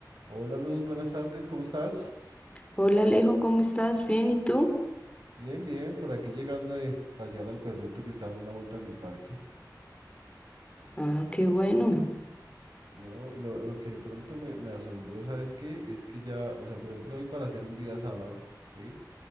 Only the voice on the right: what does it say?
Hola Luz, buenas tardes, ¿cómo estás?
Bien, bien, por aquí llegando de pasear al perrito que está dando una vuelta en el parque.
No, lo, lo que de pronto me, me asombró, ¿sabes qué? Es que ya, o sea, por ejemplo, hoy para hacer un día sábado, ¿sí?